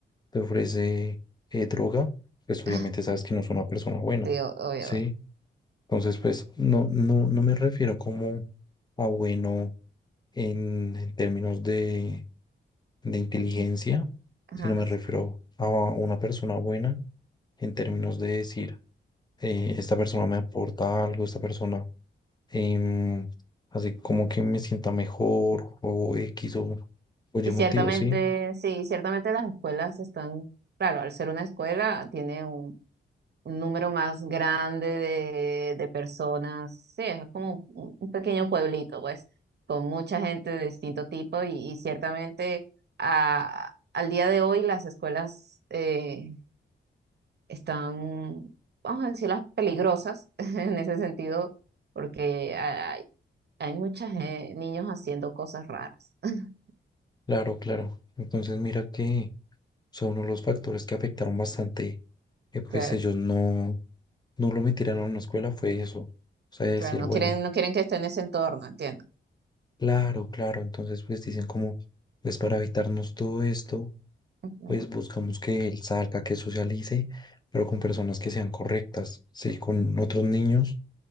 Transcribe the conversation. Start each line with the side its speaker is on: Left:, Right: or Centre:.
Left: te ofrece eh, droga, pues obviamente
Right: <laughs>
Left: sabes que no es una persona buena,
Right: Sí, o- obvio,
Left: ¿sí?
Right: obvio.
Left: Entonces, pues no, no, no me refiero como a bueno en, en términos de, de inteligencia,
Right: Ajá,
Left: sino me
Right: sí.
Left: refiero a una persona buena en términos de decir, eh, esta persona me aporta algo, esta persona em, hace como que me sienta mejor o X o, o Y
Right: Y
Left: motivo,
Right: ciertamente,
Left: ¿sí?
Right: sí, ciertamente las escuelas están, claro, al ser una escuela tiene un un número más grande de, de personas. Sí, es como un un pequeño pueblito, pues, con mucha gente de distinto tipo y, y ciertamente a- al día de hoy las escuelas eh, están, vamos a decirlas, peligrosas <laughs> en ese sentido, porque hay, hay muchos niños haciendo cosas raras. <laughs>
Left: Claro, claro. Entonces mira que son uno de los factores que afectaron bastante que pues
Right: Claro,
Left: ellos no, no lo metieran a una escuela fue eso. O sea, decir,
Right: claro, no
Left: bueno,
Right: quieren, no quieren que esté en ese entorno, entiendo.
Left: Claro, claro. Entonces, pues dicen como, pues para evitarnos todo esto,
Right: Ujú.
Left: pues buscamos que él salga, que socialice, pero con personas que sean correctas, sí, con otros niños